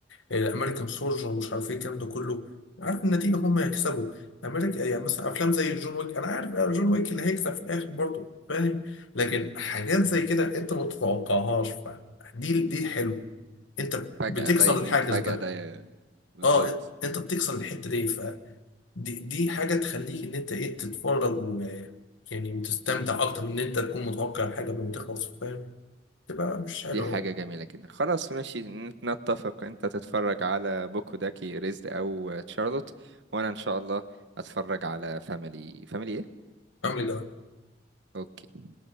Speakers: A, on the left; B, on the right.
A: الامريكان سولجر ومش عارف ايه الكلام ده كله عارف النتيجه هم يكسبوا امريكا يعني مثلا افلام زي جون ويك انا عارف جون ويك اللي هيكسب في الاخر برضه فاهم لكن حاجات زي كده انت ما تتوقعهاش فدي دي الحلو انت
B: فجأة
A: بتكسر
B: ده يموت
A: الحاجز
B: فجأة
A: ده
B: ده ي- بالظبط
A: اه انت بتكسر الحته دي فدي دي حاجه تخليك ان انت ايه تتفرج و يعني وتستمتع اكتر من ان انت تكون متوقع الحاجه قبل ما تخلص فاهم تبقى مش حلوه
B: دي حاجة
A: يعني
B: جميلة جدا خلاص ماشي نت- نتفق انت تتفرج على بوكوداكي ريزد او تشارلوت وانا ان شاء الله اتفرج على فاميلي فاميلي ايه
A: عامل ايه ده؟
B: اوكي